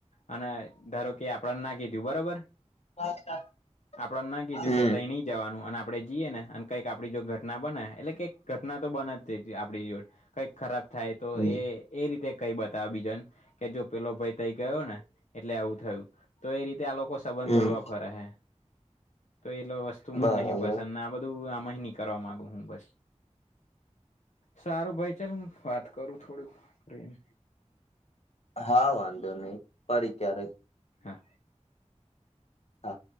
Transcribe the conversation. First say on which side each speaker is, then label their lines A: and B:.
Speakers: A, on the left (about 75°); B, on the left (about 60°).
A: અને ધારો કે આપડને ના કીધું બરોબર.
B: <inaudible>
A: આપડ ના કીધું
B: હમ
A: કે તઈ ની જવાનું અને આપણે જીએ ને અને કંઈક આપડી જો ઘટના બને એટલે કે ઘટના તો બને જ આપડી જોડે કઈક ખરાબ થાય તો
B: હમ
A: એ એ રીતે કઈ બતાવે બીજોને કે જો પેલો ભાઈ તઈ ગયો ને એટલે આવું થયું. તો એ રીતે આ લોકો સબંધ
B: હમ
A: તોડવા ફરે હે તો એ વસ્તુ મને
B: બરાબર
A: નહી પસંદ ને આ બધું આમહિ નીકરવા માંગુ હું બસ. સારું ભાઈ ચલ હું વાત કરું થોડુંક રહીને
B: હા વાંધો નહી ફરી ક્યારેક
A: હા.
B: હા.